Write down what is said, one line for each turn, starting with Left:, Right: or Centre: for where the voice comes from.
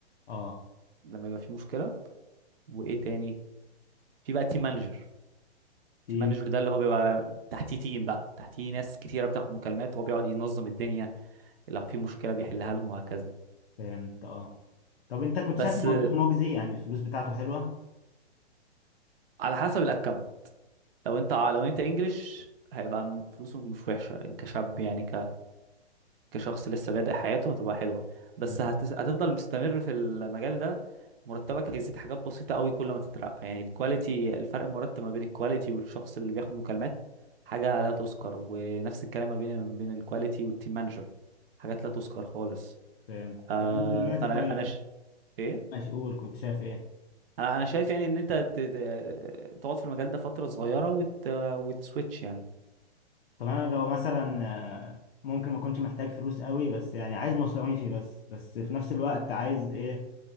Left: اه
Right: لما يبقى في مشكلة وايه تاني في بقى تيم مانجر
Left: تيم
Right: تيم مانجر ده اللي هو بيبقى تحتيه تيم بقى تحتيه ناس كتيرة بتاخد مكالمات هو بيقعد ينظم الدنيا لو في مشكلة بيحلها لهم وهكذا
Left: فهمت اه طب انت كنت
Right: بس
Left: شايف الموضوع
Right: آه،
Left: مجزي يعني الفلوس بتاعته حلوه
Right: على حسب الاكونت لو انت لو انت انجلش هيبقى فلوسه مش وحشة كشاب يعني كشخص لسه بادئ حياته هتبقى حلوة بس
Left: مم.
Right: هت... هتفضل مستمر في المجال ده مرتبك هيزيد حاجات بسيطة قوي كل ما تترقى يعني الكواليتي الفرق المرتب ما بين الكواليتي والشخص اللي بياخد مكالمات حاجة لا تذكر ونفس الكلام ما بين ما بين الكواليتي والتيم مانجر حاجات لا تذكر خالص
Left: فهمت
Right: آه
Left: يعني انا دلوقتي
Right: فانا
Left: طيب
Right: انا ش... ايه
Left: ماشي قول كنت شايف ايه
Right: انا انا شايف يعني ان انت ت... ت- تقعد في المجال ده فترة صغيرة وت... وتسويتش يعني
Left: طب انا لو مثلا آه، ممكن ما كنتش محتاج فلوس قوي بس يعني عايز مصاريفي بس بس في نفس الوقت عايز ايه